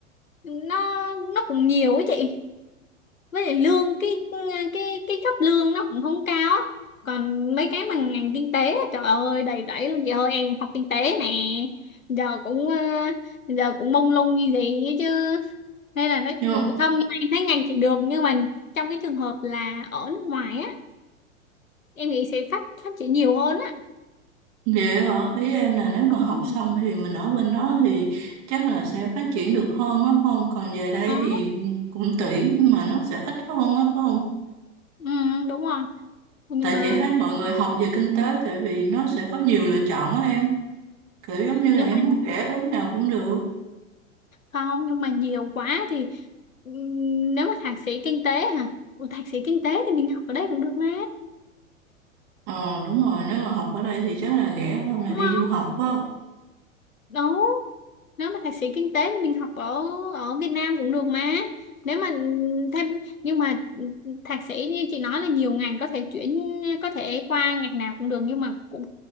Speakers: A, on the left; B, on the right.
A: nó nó cũng nhiều ấy chị với lại lương cái cái cái cấp lương nó cũng không cao á còn mấy cái bằng ngành kinh tế á, trời ơi đầy rẫy luôn chị ơi em học kinh tế nè giờ cũng ờ, giờ cũng mông lung như gì ấy chứ nên là nó
B: á
A: không nhưng mà em thấy ngành thì được nhưng mà trong cái trường hợp là ở nước ngoài á em nghĩ sẽ phát phát triển nhiều hơn á
B: Vậy hả? Ý em là nếu mà học
A: Ừ.
B: xong thì mình ở bên đó thì chắc là sẽ phát triển được hơn á phải không? Còn về đây
A: đó
B: thì cũng tuyển nhưng mà nó sẽ ít hơn á phải không?
A: ừ, đúng rồi nhưng
B: Tại
A: mà
B: chị thấy mọi người học về kinh tế tại vì nó sẽ có nhiều lựa chọn á em. Kiểu giống như
A: nhưng
B: là em
A: mà
B: muốn rẽ hướng nào cũng được.
A: không nhưng mà nhiều quá thì ừm, nếu mà thạc sĩ kinh tế hả Ủa, thạc sĩ kinh tế thì mình học ở đây cũng được mà
B: Ờ đúng rồi, nếu mà học ở đây thì chắc là rẻ hơn là
A: đúng
B: đi
A: không
B: du học á.
A: đúng nếu mà thạc sĩ kinh tế thì mình học ở ở Việt Nam cũng được mà nếu mà thêm nhưng mà thạc sĩ như chị nói là nhiều ngành có thể chuyển có thể qua ngành nào cũng được nhưng mà cũng